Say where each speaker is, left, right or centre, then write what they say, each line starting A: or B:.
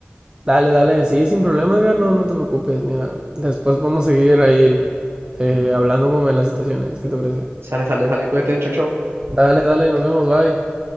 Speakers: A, on the right; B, on the right.
A: Dale, dale, sí, sin problema, Edgar, no, no te preocupes, mira. Después podemos seguir ahí eh, hablando como de las situaciones, ¿qué te parece?
B: Sale, sale, sale, cuídate, chao, chao.
A: Dale, dale, nos vemos, bye.